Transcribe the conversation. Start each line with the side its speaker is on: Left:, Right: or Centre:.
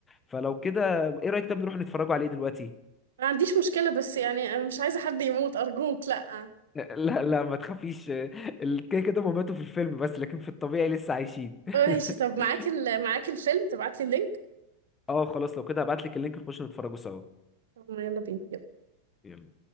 Left: فلو كده ايه رايك طب نروح نتفرجوا عليه دلوقتي
Right: ما عنديش مشكلة بس يعني انا مش عايزة حد يموت ارجوك لا
Left: لا لا ما تخافيش ال- كده كده هما ماتوا في الفيلم بس لكن في الطبيعي لسه عايشين <laughs>
Right: ماشي طب معاك ال... معاك الفيلم تبعت لي اللينك
Left: اه خلاص لو كده هبعتلك اللينك نخش نتفرجوا سوا
Right: طب ما يلا بينا يلا.
Left: يلا